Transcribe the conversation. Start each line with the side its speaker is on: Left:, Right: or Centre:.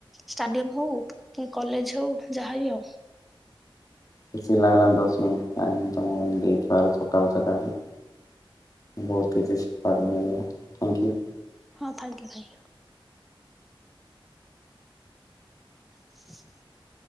Centre: ଷ୍ଟାଡିୟମ ହଉ କି କଲେଜ ହଉ ଯାହାବି ହଉ।
Left: ଖୁସି ଲାଗିଲା ଦଶ ମିନିଟ୍ ଟାଇମ୍ ତମ ଦେଇଥିବାରୁ ସକାଳୁ ସକାଳୁ ବହୁତ କିଛି ଶିଖିବାକୁ ମିଳିଲା। Thank you.
Centre: ହଁ ଥ୍ୟାଙ୍କ ୟୁ ଥ୍ୟାଙ୍କ ୟୁ। <inaudible>